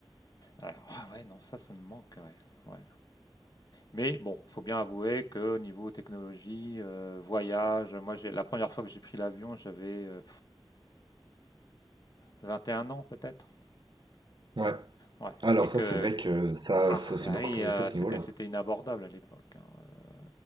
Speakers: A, on the left (about 45°); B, on the right (about 55°).
A: Alors, ah ouais, non, ça, ça me manque. Ouais, ouais. Mais bon, il faut bien avouer que niveau technologie, euh, voyage, moi j'ai la première fois que j'ai pris l'avion, j'avais euh, 21 ans peut-être.
B: Ouais.
A: Ouais.
B: Alors
A: Et que
B: ça, c'est vrai que ça,
A: ah
B: ça c'est
A: bah
B: beaucoup
A: oui,
B: progressé
A: euh,
B: à ce
A: c'était
B: niveau-là.
A: c'était inabordable à l'époque. hein. Euh,